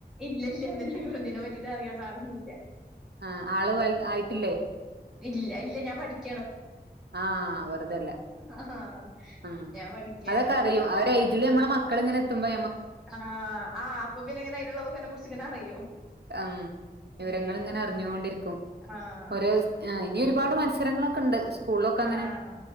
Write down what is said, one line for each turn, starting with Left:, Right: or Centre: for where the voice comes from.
Centre: ഇല്ല ഇല്ല അതിനെ പറ്റിട്ട് അറിയാനുള്ള ആളൊന്നുംല്ല
Right: ആഹ് ആള് വൽത് ആയിട്ടില്ലേ
Centre: ഇല്ല ഇല്ല ഞാൻ പഠിക്ക
Right: ആഹാ വെർതല്ല
Centre: ആഹ്
Right: മ്
Centre: ഞാൻ പഠിക്കാണ്
Right: അതൊക്കെ അറിയും ആ ഒരു എയ്ജ് ല് നമ്മളെ മക്കള്ങ്ങെനെ എത്തുമ്പെ
Centre: ആഹ് ആ അപ്പ പിന്നെങ്ങനെ അയിനെള്ളതൊക്കെന്നെ കുറിച്ചിങ്ങനെ അറിയും
Right: അം വിവരങ്ങള്ങ്ങെനെ
Centre: ഉം
Right: അറിഞ്ഞോണ്ടിരിക്കും
Centre: ആഹ്
Right: ഓരോ ദി ആ ഇനിയൊരുപാട് മത്സരങ്ങളൊക്കെണ്ട് സ്കൂൾലൊക്കെ അങ്ങനെ
Centre: ആഹ്